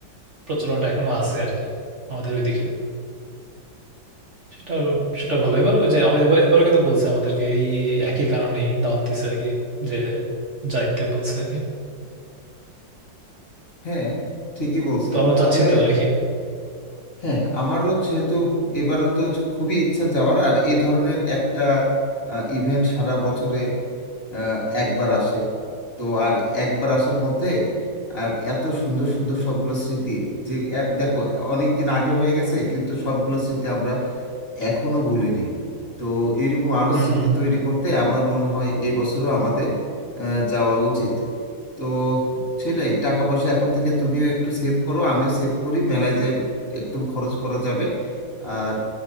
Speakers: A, on the right; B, on the left.
A: প্রচলনটা এখনো আছে আর কি আমাদের ওইদিকে সেটা সেটা ভালো এবার ওই যে আমি এবার এবারও কিন্তু বলছে আমাদেরকে এই এই একই কারণেই দাওয়াত দিছে আর কি যে যাইতে বলছে আর কি
B: হ্যাঁ ঠিকই বলছো
A: তো আমরা
B: তাহলে
A: যাচ্ছি তো নাকি
B: হ্যাঁ আমারও যেহেতু এবারও তো খুবই ইচ্ছা যাওয়ার আর এই ধরনের একটা ইভেন্ট সারা বছরে আহ, একবার আসে তো আর একবার আসার মধ্যে আর এত সুন্দর সুন্দর সবগুলো স্মৃতি যে এ- দেখো অনেক দিন আগে হয়ে গেছে কিন্তু সবগুলো স্মৃতি আমরা এখনো ভুলিনি তো এরকম আরো
A: হুম
B: স্মৃতি তৈরি করতে আমার মনে হয় এই বছরও আমাদের আহ, যাওয়া উচিত তো সেটাই টাকা পয়সা এখন থেকে তুমিও একটু সেভ করো আমিও সেভ করি মেলায় যে একদম খরচ করা যাবে আর